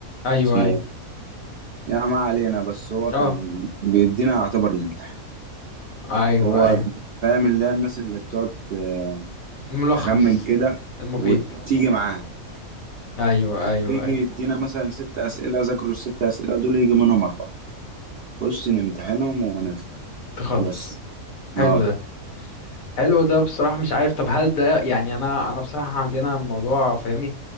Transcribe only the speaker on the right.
اسمه
يعني ما علينا بس هو
كان بيدينا يعتبر الامتحان
هو
فاهم اللي هي الناس اللي بتقعد آه،
تخمن كده
وتيجي معاها
كان
بيجي
يدينا مثلا ست أسئلة ذاكروا الست أسئلة دول يجي منهم أربعة خش نمتحنهم ونطلع
بس
اه